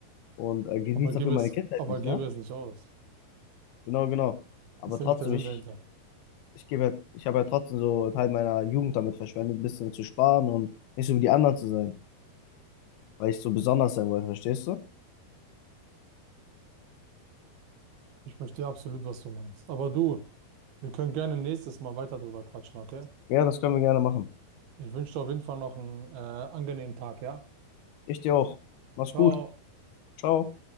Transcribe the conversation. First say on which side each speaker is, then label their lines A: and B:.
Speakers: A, on the left; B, on the right.
A: und äh, genieße
B: Aber gebe
A: dafür meine
B: es,
A: Kindheit
B: aber
A: nicht,
B: gebe
A: ne?
B: es nicht aus.
A: Genau, genau. Aber
B: Das ist ja
A: trotzdem,
B: nicht der Sinn
A: ich,
B: dahinter.
A: ich gebe, ja- ich habe ja trotzdem so Teil meiner Jugend damit verschwendet, ein bisschen zu sparen und nicht so wie die anderen zu sein, weil ich so besonders sein wollte, verstehst du?
B: Ich verstehe absolut, was du meinst. Aber du, wir können gerne nächstes Mal weiter drüber quatschen, okay?
A: Ja, das können wir gerne machen.
B: Ich wünsche dir auf jeden Fall noch einen äh, angenehmen Tag, ja?
A: Ich dir auch. Mach's
B: Ciao.
A: gut. Ciao.